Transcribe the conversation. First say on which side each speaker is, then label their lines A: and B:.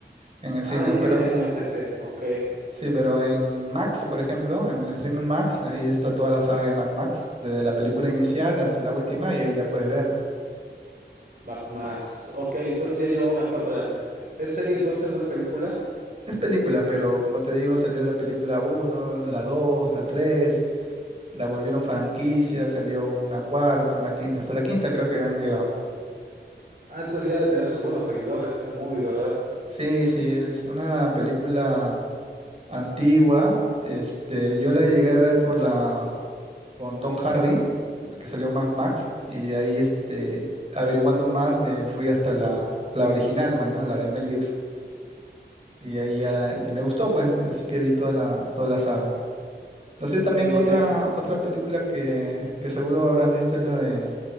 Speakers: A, on the right; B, on the right.
A: en el cine,
B: Ah, ya tiene
A: pero
B: años ese, ok.
A: sí, pero en Max, por ejemplo, en el streaming Max, ahí está toda la saga de Mac Max, desde la película inicial hasta la última, y ahí la puedes ver.
B: Mac más. Ok, entonces ya lleva una que otra. ¿Es serie entonces, no es película?
A: Es película, pero como te digo, salió la película uno, la 2, la 3, la volvieron franquicia, salió una cuarta, una quinta, hasta la quinta creo que han llegado.
B: Ah, entonces ya ha de tener sus buenos seguidores, esa movie, ¿verdad?
A: Sí, sí, es una película antigua. Este, yo la llegué a ver por la por Tom Hardy que salió en Mad Max, y de ahí este, averiguando más me fui hasta la, la original, pues, ¿no? La de Mel Gibson. Y ahí ya y me gustó, pues, así que vi toda la, toda la saga. No sé, también
B: Oye,
A: otra,
B: ya.
A: otra película que, que seguro habrás visto es la de